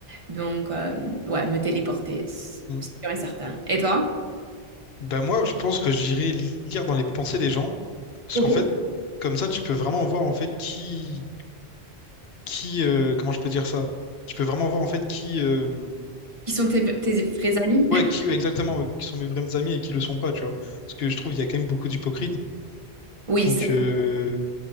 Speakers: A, on the right (about 35°); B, on the left (about 70°).
A: Donc, euh, ouais, me téléporter, c'est
B: mm.
A: sûr et certain. Et toi?
B: Ben moi, je pense que je dirais li- lire dans les pensées des gens, parce
A: Ok.
B: qu'en fait, comme ça, tu peux vraiment voir en fait qui, qui, euh, comment je peux dire ça? Tu peux vraiment voir en fait qui, euh,
A: Qui sont tes, tes vrais amis?
B: ouais,
A: <laughs>
B: qui ouais, exactement, ouais, qui sont mes vrais amis et qui le sont pas, tu vois. Parce que je trouve qu'il y a quand même beaucoup d'hypocrites.
A: Oui,
B: Donc,
A: ça, c'est-
B: euh,